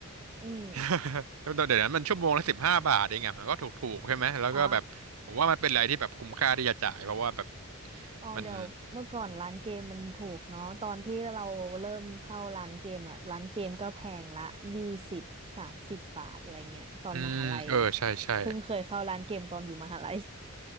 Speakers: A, on the right; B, on the right.
A: อืม
B: <laughs> เดี๋ยวนั้นมันชั่วโมงละสิบห้าบาทเองอ่ะมันก็ถูกๆใช่ไหมแล้วก็แบบผมว่ามันเป็นอะไรที่แบบคุ้มค่าที่จะจ่ายเพราะว่าแบบ
A: <laughs> อ๋อ อ๋อเดี๋ยวเมื่อก่อนร้านเกมมันถูกเนาะตอนที่เราเริ่มเข้าร้านเกมอ่ะร้านเกมก็แพงละยี่สิบสามสิบบาทอะไรเงี้ยตอนมหาลัย
B: มันอืมเออใช่ใช่
A: เพิ่งเคยเข้าร้านเกมตอนอยู่มหาลัย